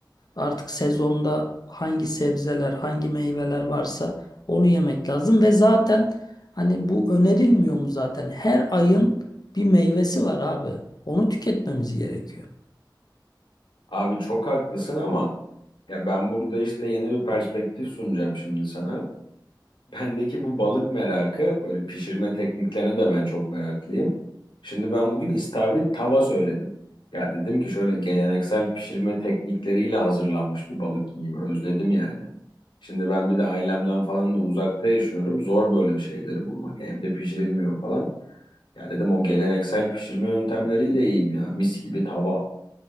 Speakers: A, on the left; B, on the left.
A: artık sezonda hangi sebzeler, hangi meyveler varsa onu yemek lazım ve zaten hani bu önerilmiyor mu zaten? Her ayın bir meyvesi var abi. Onu tüketmemiz gerekiyor.
B: Abi çok haklısın ama ya ben burada işte yeni bir perspektif sunacağım şimdi sana. Bendeki bu balık merakı, böyle pişirme tekniklerine de ben çok meraklıyım. Şimdi ben bugün istavrit tava söyledim. Ya dedim ki şöyle geleneksel pişirme teknikleriyle hazırlanmış bir balık yiyeyim, özledim yani. Şimdi ben bir de ailemden falan da uzakta yaşıyorum. Zor böyle şeyleri bulmak, evde pişirilmiyor falan. Ya dedim o geleneksel pişirme yöntemleriyle yiyeyim ya, mis gibi tava.